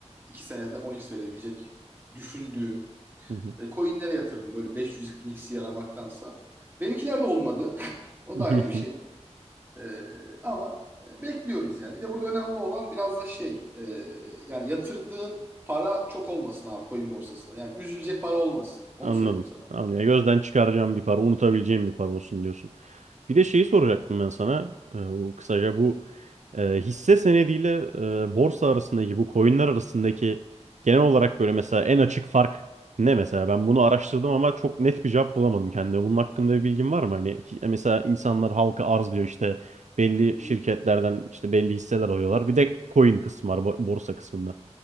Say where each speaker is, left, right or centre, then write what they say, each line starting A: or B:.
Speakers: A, on the right; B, on the right.
A: 2 senede 10x verebilecek düşündüğüm
B: Hı hı.
A: e, coinlere yatırdım böyle 500 bin x yaramaktansa. Benimkiler de olmadı. <laughs> O
B: Hı
A: da ayrı bir şey.
B: hı. <laughs>
A: Ee, ama e, bekliyoruz yani. Bir de burada önemli olan biraz da şey e, yani yatırdığın para çok olmasın abi coin borsasına. Yani üzülecek para olmasın. Onu
B: Anladım.
A: söyleyeyim sana.
B: Anladım. Ya gözden çıkaracağım bir para, unutabileceğim bir para olsun diyorsun. Bir de şeyi soracaktım ben sana. Ee, o kısaca bu e, hisse senediyle e, borsa arasındaki bu coinler arasındaki genel olarak böyle mesela en açık fark ne mesela? Ben bunu araştırdım ama çok net bir cevap bulamadım kendime. Bunun hakkında bir bilgin var mı? Hani hi- e, mesela insanlar halka arz diyor işte belli
A: Hı hı.
B: şirketlerden işte belli hisseler alıyorlar. Bir de coin kısmı var bo- borsa kısmında.